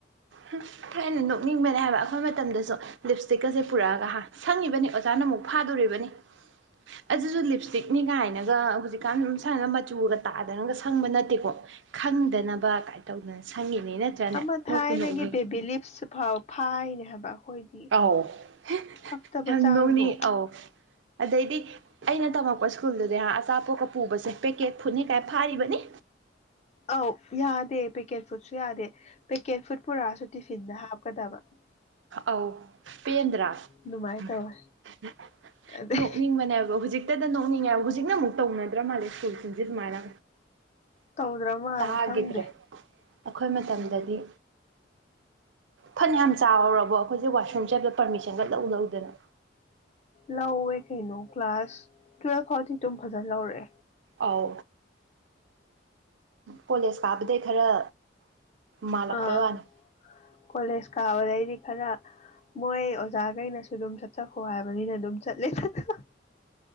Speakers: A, on the right; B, on the left.
A: <unintelligible> ꯑꯩꯅ ꯅꯣꯛꯅꯤꯡꯕꯅꯦ ꯍꯥꯏꯕ ꯑꯩꯈꯣꯏ ꯃꯇꯝꯗꯁꯨ ꯂꯤꯞꯁꯇꯤꯛꯀꯁꯦ ꯄꯨꯔꯛꯑꯒ ꯍꯥ ꯁꯪꯉꯤꯕꯅꯤ ꯑꯣꯖꯥꯅ ꯑꯃꯨꯛ ꯐꯥꯗꯨꯔꯤꯕꯅꯤ <unintelligible> ꯑꯗꯨꯁꯨ ꯂꯤꯞꯁꯇꯤꯛꯅꯤ ꯀꯥꯏꯅꯒ ꯍꯧꯖꯤꯛꯀꯥꯟ ꯁꯪꯏꯕ ꯃꯆꯨꯒ ꯇꯥꯗꯅꯒ ꯁꯪꯕ ꯅꯠꯇꯦꯀꯣ ꯈꯪꯗꯅꯕ ꯀꯥꯏ ꯇꯧꯗꯅ ꯁꯪꯉꯤꯅꯤ ꯅꯠꯇ꯭ꯔꯅꯦ
B: ꯑꯃ
A: ꯅꯣꯛꯄꯨ
B: ꯊꯥꯏꯅꯒꯤ
A: ꯅꯣꯛꯅꯤꯡꯉꯤ
B: ꯕꯦꯕꯤ ꯂꯤꯞꯁ ꯐꯥꯎ ꯐꯥꯏꯅꯦ ꯍꯥꯏꯕ ꯑꯩꯈꯣꯏꯗꯤ
A: ꯑꯥꯎ <unintelligible>
B: ꯄꯛꯇꯕ
A: ꯌꯥꯝ
B: ꯆꯥꯡꯗꯣ
A: ꯅꯣꯛ <unintelligible> ꯑꯥꯎ ꯑꯗꯩꯗꯤ ꯑꯩꯅ ꯇꯝꯃꯛꯄ ꯁ꯭ꯀꯨꯜꯗꯨꯗꯤ ꯍꯥ ꯑꯆꯥꯄꯣꯠꯀ ꯄꯨꯕꯁꯦ ꯄꯦꯀꯦꯠ ꯐꯨꯠꯅꯤ ꯀꯥꯏ ꯐꯥꯔꯤꯕꯅꯤ
B: ꯑꯥꯎ ꯌꯥꯗꯦ ꯄꯦꯀꯦꯠ ꯐꯨꯗꯁꯨ ꯌꯥꯗꯦ ꯄꯦꯀꯦꯠ ꯐꯨꯠ ꯄꯨꯔꯛꯑꯁꯨ ꯇꯤꯐꯤꯟꯗ ꯍꯥꯞ <unintelligible>
A: ꯑꯥꯎ ꯄꯦꯟꯗ꯭ꯔꯥ <unintelligible>
B: ꯑꯗꯨꯃꯥꯏꯅ ꯇꯧꯋꯦ ꯑꯗꯩ
A: ꯅꯣꯛꯅꯤꯡꯕꯅꯦꯕ ꯍꯧꯖꯤꯛ <unintelligible> ꯅꯣꯡꯅꯤꯡꯉꯦ ꯍꯥꯏꯕ ꯍꯨꯖꯤꯛꯅ ꯑꯃꯨꯛ ꯇꯧꯅꯗ꯭ꯔ ꯃꯥꯜꯂꯦ ꯁ꯭ꯀꯨꯜꯁꯤꯡꯁꯦ ꯑꯗꯨꯃꯥꯏꯅ
B: ꯇꯧꯗ꯭ꯔ ꯃꯥꯜꯂꯦ
A: ꯇꯥꯒꯤꯗ꯭ꯔꯦ
B: ꯈꯪꯗꯦ
A: ꯑꯩꯈꯣꯏ ꯃꯇꯝꯗꯗꯤ ꯐꯅ ꯌꯥꯝ ꯆꯥꯎꯔꯕꯧ ꯍꯧꯖꯤꯛ ꯋꯥꯁꯔꯨꯝ ꯆꯠꯄꯘ ꯄꯔꯃꯤꯁꯟꯒ ꯂꯧ ꯂꯧꯗꯅ
B: ꯂꯧꯑꯦ ꯀꯩꯅꯣ ꯀ꯭ꯂꯥꯁ ꯇꯨꯋꯦꯜꯐ ꯐꯥꯎꯗꯤ ꯑꯗꯨꯝ ꯐꯖꯅ ꯂꯧꯔꯦ
A: ꯑꯥꯎ ꯀꯣꯂꯦꯖ ꯀꯥꯕꯗꯩ ꯈꯔ ꯃꯥꯜꯂꯛꯄꯩ
B: ꯑꯥ
A: ꯋꯥꯅꯤ
B: ꯀꯣꯂꯦꯖ ꯀꯥꯕꯗꯩꯗꯤ ꯈꯔ ꯃꯣꯏ ꯑꯣꯖꯥꯒꯩꯅꯁꯨ ꯑꯗꯨꯝ ꯆꯠꯆꯈꯣ ꯍꯥꯏꯕꯅꯤꯅ ꯑꯗꯨꯝ ꯆꯠꯂꯦ <unintelligible>